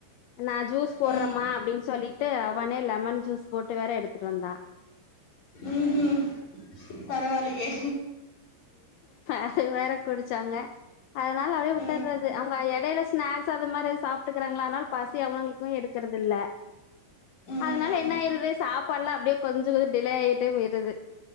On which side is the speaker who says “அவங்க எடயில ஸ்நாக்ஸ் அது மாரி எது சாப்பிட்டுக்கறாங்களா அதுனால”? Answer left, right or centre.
Left